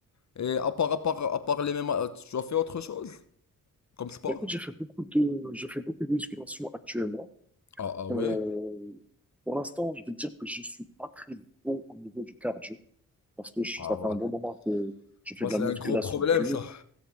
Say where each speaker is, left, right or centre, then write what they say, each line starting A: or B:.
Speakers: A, on the left; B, in the centre.
A: Et à part, à part, à part les mêmes, tu as fait autre chose comme sport?
B: Mais écoute, j'ai fait beaucoup de, je fais beaucoup de musculation actuellement.
A: Ah, ah ouais?
B: Euh, pour l'instant, je vais dire que je suis pas très bon au niveau du cardio parce que je suis,
A: Ah
B: ça fait
A: bah.
B: un bon moment que je fais
A: Bah,
B: de
A: c'est
B: la musculation
A: un gros problème
B: pure.
A: ça.